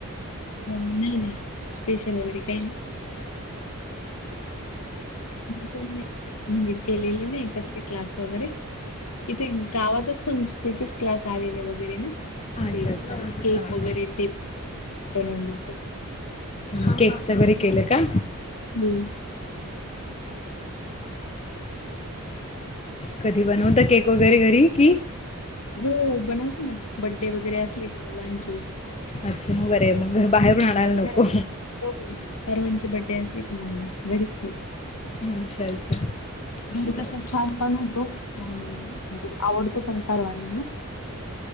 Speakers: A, on the left (about 80°); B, on the left (about 30°).
A: नाही नाही स्पेशल वगैरे काही नाही म पण नाही म्हणजे केलेले नाही कसले क्लास वगैरे इथे गावातच संस्थेचे क्लास आलेला वगैरे ना
B: अच्छा
A: ते
B: अच्छा हां
A: केक वगैरे
B: हां
A: ते हो
B: ् केक्स वगैरे केलं का
A: होम
B: कधी बनवता केक वगैरे घरी की
A: हो बनवते ना बड्डे वगैरे असले का मुलांचे
B: अच्छा म बरं आहे मग बाहेरून
A: हम्म.
B: आणायला नको
A: घरात हो सर्वांचे बड्डे असले की मग घरीच केस
B: अच्छा अच्छा
A: घरी
B: बर
A: कसं छान पण होतो आणि म्हणजे आवडतो पण करन ना